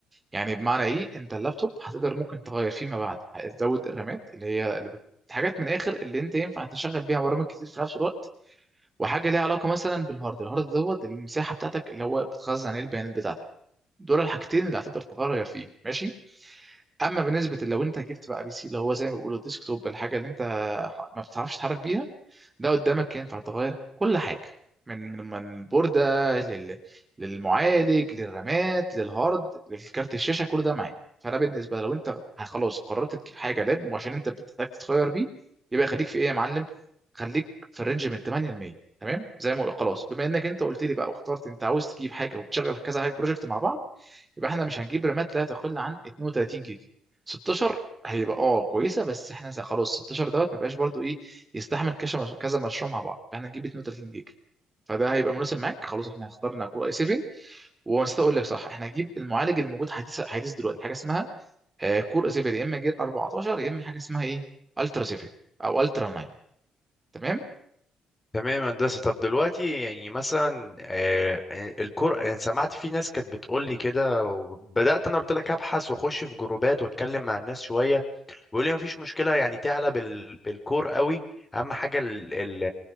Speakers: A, on the right; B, on the left.
A: يعني بمعنى ايه انت اللابتوب هتقدر ممكن تغير فيما بعد هتزود الرامات اللي هي اللي بت... حاجات من الاخر اللي انت ينفع تشغل بيها برامج كتير في نفس الوقت وحاجه ليها علاقه مثلا بالهارد الهارد دوت المساحه بتاعتك اللي هو بتخزن عليه البيانات بتاعتك دول الحاجتين اللي هتقدر تغير فيهم ماشي اما بالنسبه لو انت جبت بقى بي سي اللي هو زي ما بيقولوا ديسك توب الحاجه اللي انت ح- ما بتعرفش تتحرك بيها ده قدامك ينفع تغير كل حاجه من من من بورده لل... للمعالج للرامات للهارد للكارت الشاشه كل ده معاك فانا بالنسبه لو انت ه- خلاص قررت تجيب حاجه لاب وعشان انت بتحتاج تتغير بيه يبقى خليك في ايه يا معلم خليك في الرينج من 8 ل 100 تمام زي ما قلت- خلاص بما انك انت قلت لي بقى واخترت انت عاوز تجيب حاجه وتشغل كذا حاجه بروجكت مع بعض يبقى احنا مش هنجيب رامات لا تقل عن 32 جيجا 16 هيبقى اه كويسه بس احنا زي- خلاص 16 دوت ما بقاش برضو ايه يستحمل كذا كذا مشروع مع بعض فاحنا نجيب 32 جيجا فده هيبقى مناسب معاك خلاص احنا اخترنا كور اي 7 ونسيت اقول لك صح احنا هنجيب المعالج اللي موجود حديث حديث دلوقتي حاجه اسمها آه، كور اي 7 يا اما جيل 14 يا اما حاجه اسمها ايه الترا 7 او الترا 9 تمام
B: تمام يا هندسة طب دلوقتي يعني مثلا آه، الكور يعني سمعت في ناس كانت بتقول لي كده وبدأت انا قلت لك ابحث واخش في جروبات واتكلم مع الناس شوية بيقول لي مفيش مشكله يعني تعلى بال... بالكور قوي اهم حاجه ال... ال...